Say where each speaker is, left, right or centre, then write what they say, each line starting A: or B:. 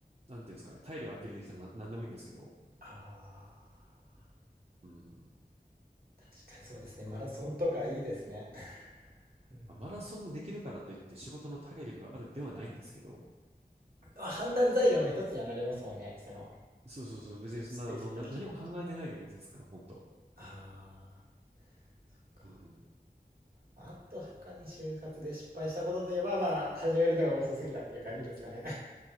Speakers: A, on the right; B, on the right.
A: なんていうんですかね、体力アピールできたらな何でもいいんですけど。
B: ああ、
A: うん、
B: 確かにそうですね。マラソンとかいいですね。
A: かな。
B: <laughs> うん
A: まあ、マラソンができるからといって仕事の体力があるではないんですけど、
B: あ判断材料の一つにはなりますもんね。その、
A: そうそうそう、別にそんな、
B: スペースができる。
A: あの、な、何も考えてないんで、面接官、本当。
B: ああ、そっか。
A: うん。
B: まああと他に就活で失敗したことといえば、まあ、始めるのが遅すぎたっていう感じですかね。